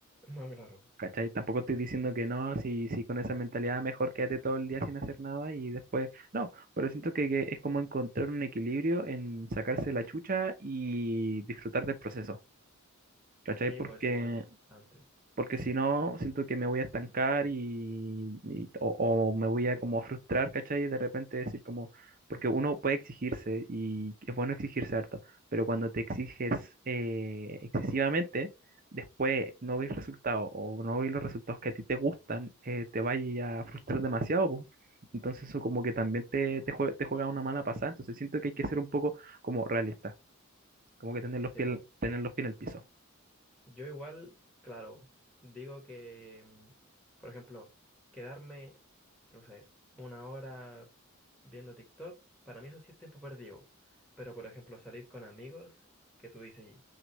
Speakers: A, in the centre; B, on the right (about 40°).
A: No, claro.
B: ¿cachai? Tampoco estoy diciendo que no, si, si con esa mentalidad mejor quédate todo el día sin hacer nada y después, no, pero siento que, que es como encontrar un equilibrio en sacarse la chucha y disfrutar del proceso. ¿Cachai?
A: Sí,
B: Porque
A: pues es igual, es importante.
B: porque si no, siento que me voy a estancar y, y- o, o me voy a como frustrar, ¿cachai? Y de repente decir como, porque uno puede exigirse y es bueno exigirse harto, pero cuando te exiges eh, excesivamente, después no ves resultados o no ves los resultados que a ti te gustan, eh, te vaya a frustrar demasiado, po. Entonces eso como que también te,
A: Sí, bo.
B: te juega, te juega una mala pasada, entonces siento que hay que ser un poco como realista, como que tener
A: Sí,
B: los pies,
A: pues.
B: tener los pies en el piso.
A: Yo igual, claro, digo que, mm, por ejemplo, quedarme, no sé, una hora viendo TikTok, para mí eso sí es tiempo perdido. Pero, por ejemplo, salir con amigos, que tú dices,